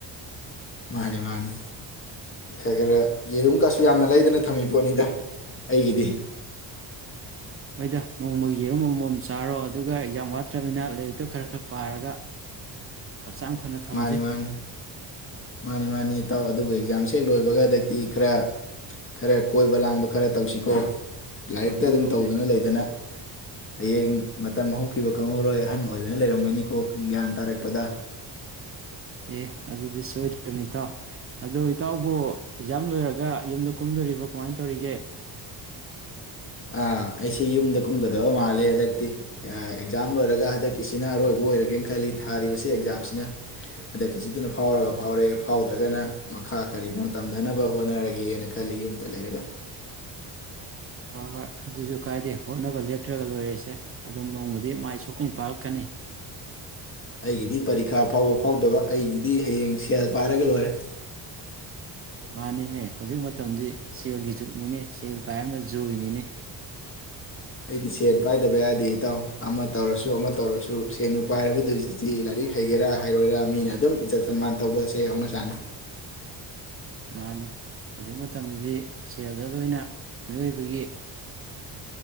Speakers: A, on the left; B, on the right.
A: ꯃꯥꯅꯤ ꯃꯥꯅꯤ ꯈꯔ ꯈꯔ ꯌꯦꯔꯨꯝ ꯀꯥꯁꯨ ꯌꯥꯝꯅ ꯂꯩꯗꯅ ꯊꯝꯃꯤ ꯄꯣꯠꯅꯤꯗ ꯑꯩꯒꯤꯗꯤ
B: ꯎꯝ ꯍꯣꯏꯗ ꯅꯣꯡꯃꯒꯤ ꯌꯦꯔꯨꯝ ꯑꯃꯃꯝ ꯆꯥꯔꯣ ꯑꯗꯨꯒ ꯑꯦꯛꯖꯥꯝ ꯋꯥꯠꯇ꯭ꯔꯕꯅꯤꯅ ꯂꯥꯏꯔꯤꯛꯇꯣ ꯈꯔ ꯈꯔ ꯄꯥꯔꯒ ꯍꯛꯆꯥꯡ ꯐꯅ ꯊꯝꯁꯦ
A: ꯃꯥꯅꯤ ꯃꯥꯅꯤ ꯃꯥꯅꯤ ꯃꯥꯅꯤ ꯏꯇꯥꯎ ꯑꯗꯨꯕꯨ ꯑꯦꯛꯖꯥꯝꯁꯦ ꯍꯦꯛ ꯂꯣꯏꯕꯒ ꯍꯟꯗꯛꯇꯤ ꯈꯔ ꯈꯔ ꯀꯣꯏꯕ ꯂꯥꯡꯕ ꯈꯔ ꯇꯧꯁꯤꯀꯣ ꯂꯥꯏꯔꯤꯛꯇ
B: ꯇꯧꯁꯤ
A: ꯑꯗꯨꯝ
B: ꯇꯧꯁꯤ
A: ꯇꯧꯗꯨꯅ ꯂꯩꯗꯅ ꯍꯌꯦꯡ ꯃꯇꯝ ꯍꯧꯈꯤꯕ ꯈꯪꯍꯧꯔꯣꯏ ꯑꯍꯟ ꯑꯣꯏꯗꯅ ꯂꯩꯔꯝꯒꯅꯤꯀꯣ ꯒ꯭ꯌꯥꯟ ꯇꯥꯔꯛꯄꯗ
B: ꯑꯦ ꯑꯗꯨꯗꯤ ꯁꯣꯏꯗ꯭ꯔꯃꯤ ꯏꯇꯥꯎ ꯑꯗꯨ ꯏꯇꯥꯎꯕꯨ ꯑꯦꯛꯖꯥꯝ ꯂꯣꯏꯔꯒ ꯌꯨꯝꯗ ꯀꯨꯝꯗꯣꯔꯤꯕꯣ ꯀꯃꯥꯏꯅ ꯇꯧꯔꯤꯒꯦ
A: ꯑꯥ ꯑꯩꯁꯤ ꯌꯨꯝꯗ ꯀꯨꯝꯒꯗꯕ ꯃꯥꯜꯂꯦ ꯍꯟꯗꯛꯇꯤ ꯑꯦꯛꯖꯥꯝ ꯂꯣꯏꯔꯒ ꯍꯟꯗꯛꯀꯤꯁꯤꯅ ꯑꯔꯣꯏꯕ ꯑꯣꯏꯔꯒꯦꯅ ꯈꯜꯂꯤ ꯊꯥꯔꯤꯕꯁꯤ ꯑꯦꯛꯖꯥꯝꯁꯤꯅ ꯍꯟꯗꯛꯀꯤꯁꯤꯗꯨꯅ ꯐꯥꯎꯔꯒ ꯐꯥꯎꯔꯦ ꯐꯥꯎꯗ꯭ꯔꯒꯅ ꯃꯈꯥ ꯀꯔꯤꯅꯣ ꯇꯝꯊꯅꯕ ꯍꯣꯠꯅꯔꯒꯦꯅ ꯈꯜꯂꯤ ꯌꯨꯝꯗ ꯂꯩꯔꯒ
B: ꯍꯥ ꯍꯣꯏ ꯑꯗꯨꯁꯨ ꯀꯥꯏꯗꯦ ꯍꯣꯠꯅꯕ ꯂꯦꯞꯇ꯭ꯔꯒ ꯂꯣꯏꯔꯦꯁꯦ ꯑꯗꯨꯝ ꯅꯣꯡꯃꯗꯤ ꯃꯥꯏ ꯁꯣꯏꯗꯅꯥ ꯄꯥꯂꯛꯀꯅꯤ
A: ꯑꯩꯒꯤꯗꯤ ꯄꯔꯤꯈꯥ ꯐꯥꯎꯕ ꯐꯥꯎꯗꯕ ꯑꯩꯒꯤꯗꯤ ꯍꯌꯦꯡ ꯁꯦꯜ ꯄꯥꯏꯔꯒ ꯂꯣꯏꯔꯦ
B: ꯃꯥꯅꯤꯅꯦ ꯍꯧꯖꯤꯛ ꯃꯇꯝꯗꯤ ꯁꯦꯜꯒꯤ ꯖꯨꯨꯞꯅꯤꯅꯦ ꯁꯦꯜ ꯄꯥꯏꯕꯅ ꯖꯣꯏꯅꯤꯅꯦ
A: ꯑꯩꯗꯤ ꯁꯦꯟ ꯄꯥꯏꯗꯕ ꯌꯥꯗꯦ ꯏꯇꯥꯎ ꯑꯃ ꯇꯧꯔꯁꯨ ꯑꯃ ꯇꯧꯔꯁꯨ ꯁꯦꯟꯕꯨ ꯄꯥꯏꯔꯕꯗꯨꯗꯤ ꯂꯥꯏꯔꯤꯛ ꯍꯩꯒꯦꯔꯥ ꯍꯩꯔꯣꯏꯔꯥ ꯃꯤꯅ ꯑꯗꯨꯝ ꯏꯖꯠ ꯁꯟꯃꯥꯟ ꯇꯧꯕꯁꯦ ꯍꯧꯅ ꯁꯥꯅꯤ
B: ꯃꯥꯅꯤ ꯍꯧꯖꯤꯛ ꯃꯇꯝꯁꯤꯗꯤ ꯁꯦꯜꯗ ꯂꯣꯏꯅ ꯃꯤꯑꯣꯏꯕꯒꯤ